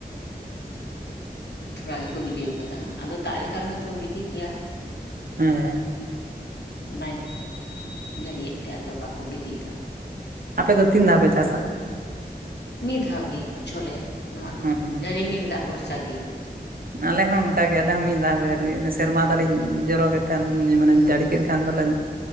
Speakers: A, on the left; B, on the right.
A: ᱛᱷᱚᱲᱟ ᱜᱮᱠᱚ ᱜᱤᱰᱤ ᱟᱠᱟᱫᱟ, ᱟᱫᱚ ᱫᱟᱜ ᱞᱮᱠᱷᱟᱡ ᱦᱚᱭᱛᱚ ᱠᱚ ᱜᱤᱰᱤ ᱠᱮᱭᱟ ᱾
B: ᱦᱮᱸ ᱾
A: ᱵᱟᱭ ᱡᱟᱹᱲᱤᱭᱮᱫ ᱛᱮ ᱟᱫᱚ ᱵᱟᱠᱚ ᱜᱤᱰᱤᱭᱮᱫᱟ ᱾
B: ᱟᱯᱮ ᱫᱚ ᱛᱤᱱ ᱫᱷᱟᱣ ᱯᱮ ᱪᱟᱥᱟ?
A: ᱢᱤᱫ ᱫᱷᱟᱣ ᱜᱮ ᱵᱚᱪᱷᱚᱨ ᱨᱮ, ᱱᱚᱣᱟ
B: ᱚ
A: ᱨᱤᱢᱤᱞ ᱫᱟᱜ ᱵᱷᱚᱨᱥᱟ ᱜᱤ ᱾
B: ᱟᱞᱮ ᱦᱚᱸ ᱚᱱᱠᱟᱜᱮ ᱟᱞᱮ ᱦᱚᱸ ᱢᱤᱫ ᱫᱷᱟᱣ ᱜᱮ ᱥᱮᱨᱢᱟ ᱫᱟᱜ ᱮ ᱡᱚᱨᱚᱭ ᱠᱷᱟᱱ ᱢᱟᱱᱮ ᱡᱟᱹᱲᱤ ᱠᱮᱫ ᱠᱷᱟᱱ ᱫᱚᱞᱮ